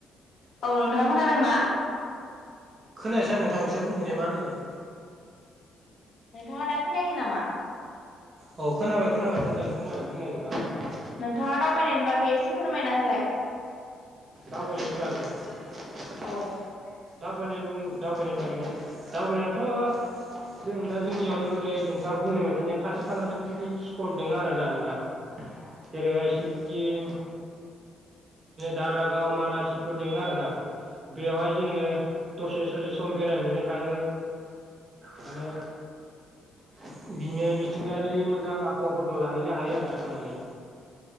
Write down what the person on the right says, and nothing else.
खोनायासै आं नोंथां एसे बुंफिननाय मा होनदोंमोन।
औ खोनाबाय खोनाबाय मोजाङैनो खोनाबाय बुंलाय नोंथां।
दावबायनायनि बागै।
दावबायनाय उ दावबायनाय बागैना दावबायनायाथ' जों दा जोंनियावनो जेरै नोंथां बुंनायबायदिनो खाथि खालानो पिकनिक स्पट दङ आरो ना नोंथां। जेरैहाय सिकिम। दारागाव मानासिफोर दोङो आरोना बेआवहाय जोङो दसे ससे सम बेरायहैनो थाङो माने <unintelligible> मिथिंगायारिनि मोजां आबहावाफोरखौ लाहैनो हायो आरोना थांनानै।